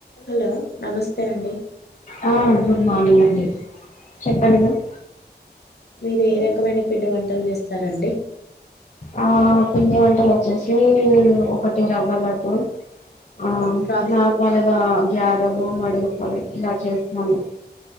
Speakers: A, on the left (about 65°); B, on the left (about 45°).
A: Hello నమస్తే అండి
B: ఆ గుడ్ మార్నింగ్ అండి చెప్పండి మ్యామ్
A: మీరు ఏ రకమైన పిండి వంటలు చేస్తారండి
B: ఆ పిండి వ టలు వచ్చేసి ఒకటి రవ్వ లడ్డు ఆ
A: ప్రా
B: నార్మలుగా గారెలు వాడ అప్పాలు ఇలా చేస్తాను